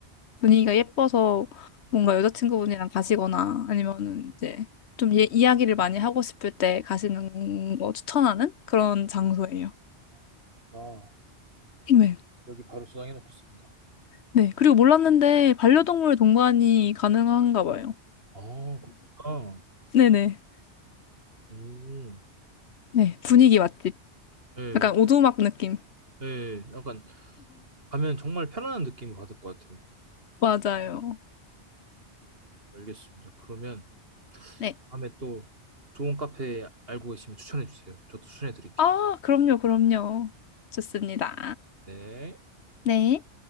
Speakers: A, on the left (about 70°); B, on the right (about 55°).
A: 분위기가 예뻐서 뭔가 여자친구분이랑 가시거나 아니면은 이제 좀 예, 이야기를 많이 하고 싶을 때 가시는 거 추천하는 그런 장소예요.
B: 아, 그렇구나.
A: 네.
B: 여기 바로 저장해 놓겠습니다.
A: 네. 그리고 몰랐는데 반려동물 동반이 가능한가 봐요.
B: 아, 그렇구나.
A: 네네.
B: 음.
A: 네. 분위기 맛집.
B: 예,
A: 약간 오두막 느낌.
B: 예. 약간 가면 정말 편안한 느낌을 받을 것 같아요.
A: 맞아요.
B: 알겠습니다. 그러면
A: 네.
B: 다음에 또 좋은 카페 알고 계시면 추천해 주세요. 저도 추천해 드릴게요.
A: 아, 그럼요, 그럼요. 좋습니다.
B: 네.
A: 네.